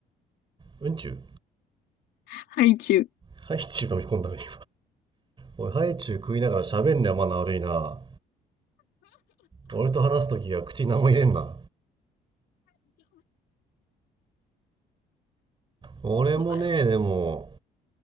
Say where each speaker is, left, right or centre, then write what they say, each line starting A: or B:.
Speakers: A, on the right; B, on the left.
A: うんちゅう
B: ハイチュウ。
A: ハイチュウ飲み込んだな今おいハイチュウ食いながら喋んねんマナー悪いな俺と話す時は口に何も入れんな俺もねでも
B: そうだよ。